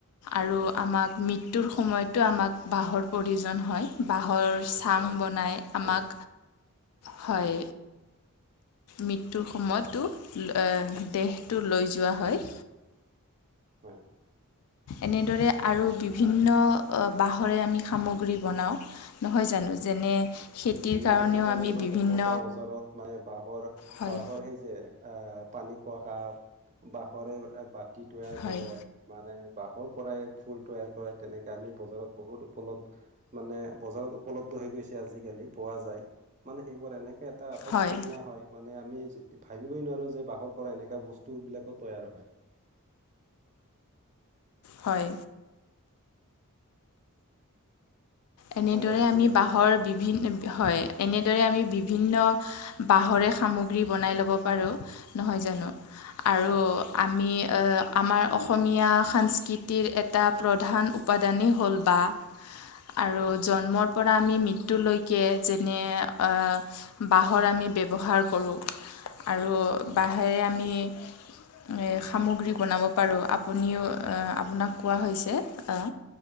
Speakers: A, on the left; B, on the right.
A: আৰু আমাক মৃ তুৰ
B: হয়
A: সময়তো আমাক বাঁহৰ প্ৰয়োজন হয়। বাঁহৰ চাং
B: প্ৰয়োজন
A: বনাই
B: হয়
A: আমাক
B: হয়
A: হয়। মৃত্যুৰ সময়তো এ দেহটো লৈ যোৱা হয়।
B: হয়।
A: এনেদৰে আৰু বিভিন্ন আ বাঁহৰে আমি সামগ্ৰী বনাওঁ। নহয় জানো? যেনে খেতিৰ
B: এনে
A: কাৰণেও
B: আজিকালি
A: আমি
B: ইমান
A: বিভিন্ন
B: দেখা পাওঁ বজাৰত মানে বাঁহৰ,
A: হয়
B: বাঁহৰ সেই যে আহ পানী খোৱা কাপ, বাঁহৰে বাতি তৈয়াৰ
A: হয়
B: কৰে। মানে বাঁহৰ পৰাই ফুল তৈয়াৰ কৰে। তেনেকা আমি বজাৰত বহুত উপল্ধ মানে বজাৰত উপলব্ধ হৈ গৈছে আজিকালি। পোৱা যায়। মানে সেইবোৰ এনেকে এটা আটক
A: হয়
B: ধুনীয়া হয়। মানে আমি যে ভাবিবই নোৱাৰো যে বাঁহৰ পৰা এনেকা বস্তু বিলাকো তৈয়াৰ হয়।
A: হয়। এনেদৰে
B: হয় বাইদেউ
A: আমি
B: শুনি আছো
A: বাঁহৰ
B: কোৱা
A: বিভিন হয়, এনেদৰে আমি বিভিন্ন বাঁহৰে সামগ্ৰী বনাই ল'ব পাৰোঁ। নহয় জানো? আৰু
B: হয়
A: আমি-
B: হয়
A: আমাৰ অসমীয়া সাংস্কৃতিৰ এটা প্ৰধান উপাদানেই হ'ল বাঁহ। আৰু জন্মৰ
B: হয়
A: পৰা আমি মৃত্যুলৈকে যেনে আ বাঁহৰ আমি ব্যৱহাৰ কৰোঁ আৰু
B: হয়
A: বাঁহেৰে আমি এ সামগ্ৰী বনাব পাৰোঁ। আপুনিও এ
B: হয়
A: আপোনাক কোৱা হৈছে অ'